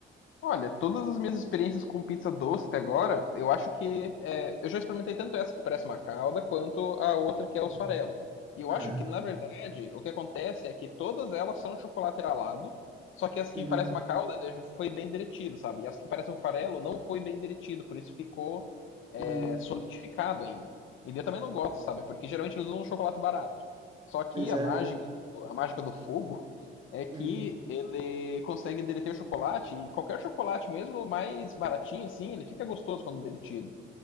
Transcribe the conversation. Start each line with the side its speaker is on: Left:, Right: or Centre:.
Left: Olha, todas as minhas experiências com pizza doce até agora, eu acho que é, eu já experimentei tanto essa que parece uma calda, quanto a outra que
Right: Uhum.
Left: é o farelo. E eu
Right: Aham.
Left: acho que, na verdade, o que acontece é que todas elas são chocolate ralado, só que as que
Right: Uhum.
Left: parecem uma calda eh, foi bem derretido, sabe? E as que parecem um farelo não foi bem derretido, por isso ficou
Right: Uhum.
Left: é, solidificado ainda. E eu também não gosto, sabe? Porque geralmente eles usam um chocolate barato. Só que
Right: Pois
Left: a
Right: é.
Left: mágica, a mágica do fogo é que
Right: Uhum.
Left: ele consegue derreter o chocolate e qualquer chocolate mesmo mais baratinho assim, ele fica gostoso quando derretido.